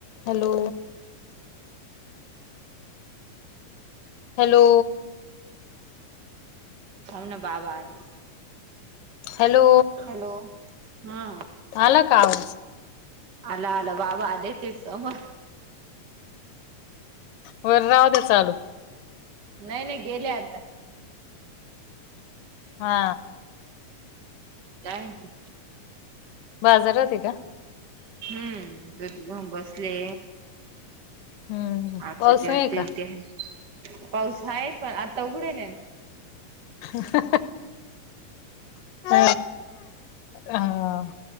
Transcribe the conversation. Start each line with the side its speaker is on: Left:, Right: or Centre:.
Left: Hello. Hello.
Right: थाम ना बाबा आले.
Left: Hello
Right: hello. हा
Left: आला का आवाज?
Right: आला आला बाबा आले होते समोर.
Left: वर राहुद्या चालू.
Right: नाही नाही गेले आता.
Left: हा.
Right: काय म्हणती?
Left: बाजारात आहे का
Right: हम्म दरी जाऊन बसले
Left: हम्म
Right: अच्छा
Left: पाऊस
Right: दिवस
Left: नाही
Right: दिवट्या
Left: का
Right: आहे पाऊस आहे पण आता उघडेल आहे न.
Left: ह. अ हा.